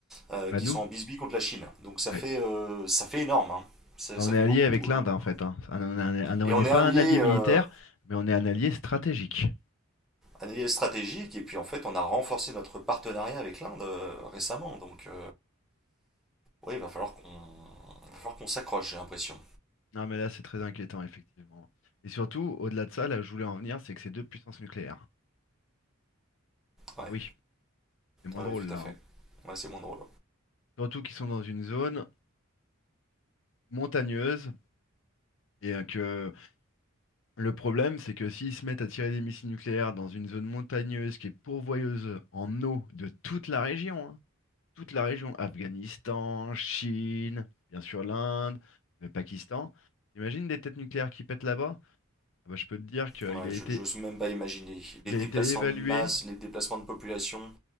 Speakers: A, in the centre; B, on the left (about 65°).
A: euh,
B: Bah
A: qui
B: nous.
A: sont en bisbee contre la Chine. Donc ça
B: Ouais.
A: fait, euh, ça fait énorme, hein. ça,
B: Bah,
A: ça
B: On est
A: fait
B: allié
A: beaucoup.
B: avec
A: euh.
B: l'Inde hein, en fait. hein. Un- un- un- un-
A: Et
B: On n'est
A: on est
B: pas
A: un allié,
B: un allié
A: euh,
B: militaire, mais on est un allié stratégique.
A: un allié stratégique, et puis en fait on a renforcé notre partenariat avec l'Inde euh, récemment. Donc euh, oui, il va falloir qu'on il va falloir qu'on s'accroche, j'ai l'impression.
B: Non mais là c'est très inquiétant effectivement. Et surtout, au-delà de ça, là où je voulais en venir, c'est que c'est deux puissances nucléaires.
A: Ouais,
B: Ah oui, c'est moins
A: ouais,
B: drôle
A: tout
B: là.
A: à fait.
B: hein.
A: Ouais, c'est moins drôle.
B: Surtout qu'ils sont dans une zone montagneuse et euh, que le problème c'est que s'ils se mettent à tirer des missiles nucléaires dans une zone montagneuse qui est pourvoyeuse en eau de toute la région, hein, toute la région, Afghanistan, Chine, bien sûr l'Inde, le Pakistan. Imagine des têtes nucléaires qui pètent là-bas? Ah bah, je peux te dire qu'il
A: Ouais,
B: a
A: je
B: été,
A: je n'ose même pas imaginer. Les
B: il a
A: déplacements
B: été évalué,
A: de masse, les déplacements de population,